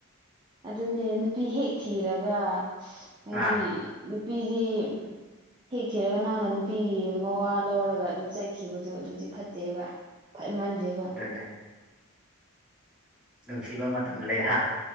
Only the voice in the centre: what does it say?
ꯑꯥ
ꯦ ꯅꯨꯡꯁꯤꯕ ꯃꯇꯝ ꯂꯩꯍꯥ